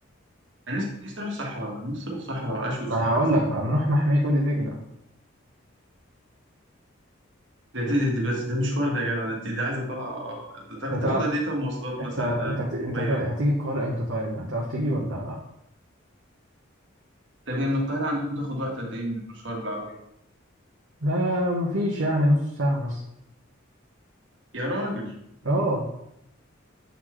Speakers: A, on the right; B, on the right.
A: انا نفسي نفسي اروح صحراء نفسي اروح صحراء اشوف
B: ما
A: صحراء
B: انا هقول لك هنروح محمية وادي دجلة
A: ده دي دي بس ده مشوار ده يا جدع ده دي, دي عايزه طالعه ده تا-
B: انت
A: تاخد
B: تعرف
A: قد ايه طب مواصلات
B: انت
A: مثلا
B: انت
A: آه،
B: انت
A: بالعربيه
B: هتيجي القاهرة امتى طيب يعني تعرف تيجي ولا
A: طب هي من القاهره عندكم تاخد وقت قد ايه بالمشوار بالعربيه
B: لا مفيش يعني نص ساعة مثلا
A: يا راجل
B: اه